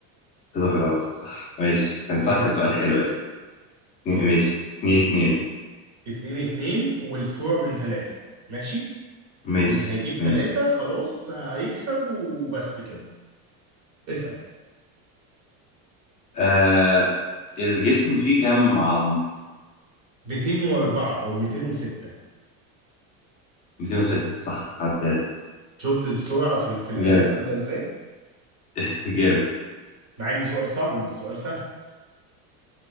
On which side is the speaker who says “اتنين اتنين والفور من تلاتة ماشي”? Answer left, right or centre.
Right